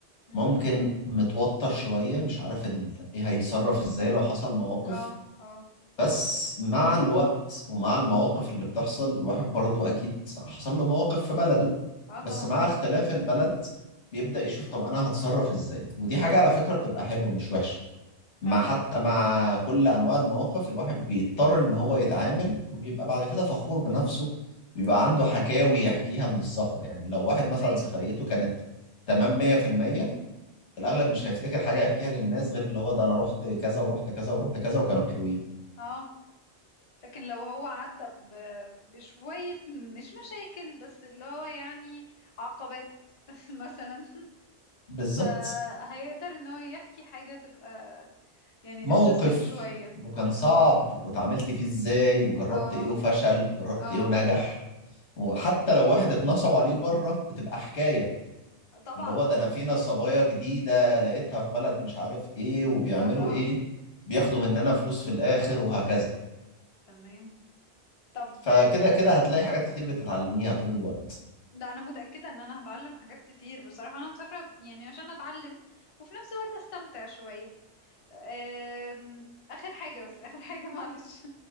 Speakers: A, on the left; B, on the left.
A: امم
B: ممكن متوتر شوية مش عارف ال... ايه هيتصرف ازاي لو حصل مواقف
A: اه اه
B: بس مع الوقت ومع المواقف اللي بتحصل الواحد برضو أكيد حصل له مواقف في بلده
A: اه طبعا
B: بس مع اختلاف البلد بيبدأ يشوف طب أنا هتصرف إزاي ودي حاجة على فكرة بتبقى حلوة مش وحشة مع
A: فعلا
B: حتى مع كل أنواع المواقف الواحد بيضطر إن هو يتعامل وبيبقى بعد كده فخور بنفسه بيبقى
A: امم
B: عنده حكاوي يحكيها من السفر يعني لو واحد مثلا
A: ايوه
B: سفريته كانت تمام 100% في المية، في الأغلب
A: امم
B: مش هيفتكر حاجة يحكيها للناس غير اللي هو ده أنا رحت كذا ورحت كذا ورحت كذا وكانوا حلوين
A: اه لكن لو هو عدى ب... بشوية مش مشاكل بس اللي هو يعني عقبات <laughs> مثلا
B: بالظبط
A: فهيقدر ان هو يحكي حاجة تبقى يعني
B: موقف
A: interesting شوية
B: كان
A: امم
B: صعب واتعاملت فيه ازاي وجربت
A: اه
B: ايه وفشل وجربت
A: اه
B: ايه ونجح وحتى لو واحد اتنصب عليه بره بتبقى حكاية
A: طبعا
B: اللي هو ده انا في نصبايا جديدة لقيتها في بلد مش عارف ايه وبيعملوا
A: <laughs> اه طبعا
B: ايه بياخدوا مننا فلوس في الاخر وهكذا
A: تمام طب
B: فكده كده هتلاقي حاجات كتير بتتعلميها طول الوقت
A: لا انا متأكدة ان انا هتعلم حاجات كتير بصراحة انا مسافرة يعني عشان اتعلم وفي نفس الوقت استمتع شوية أم، آخر حاجة بس آخر حاجة <laughs> معلش